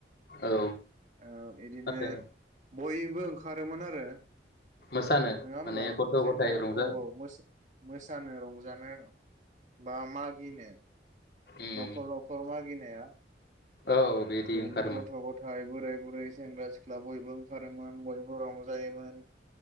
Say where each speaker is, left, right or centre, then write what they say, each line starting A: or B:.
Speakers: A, on the left (about 60°); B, on the right (about 45°).
A: औ
B: औ बिदिनो
A: नाथाय
B: बयबो ओंखारोमोन आरो
A: मोसानो
B: नङा होमबा
A: माने गथ'
B: सेंग्रा
A: गथाय रंजा
B: औ औ मोसानो रंजानो बा मागिनो
A: उम
B: नखर नखर मागिनो माया <inaudible>
A: औ बिदि
B: बिदिनो
A: ओंखारोमोन
B: गथ गथाय बोराय बुरै सेंग्रा सिख्ला बयबो ओंखारोमोन बयबो रंजायोमोन